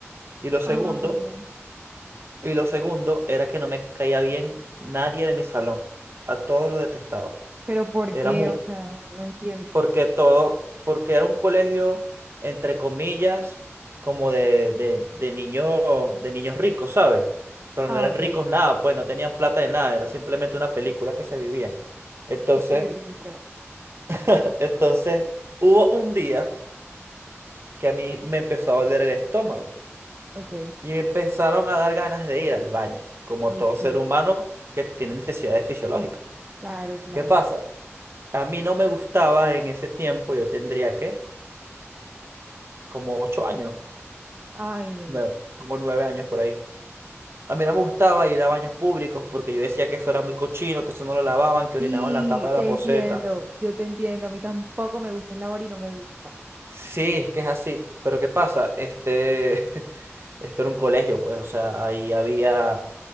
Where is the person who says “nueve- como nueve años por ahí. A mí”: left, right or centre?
Right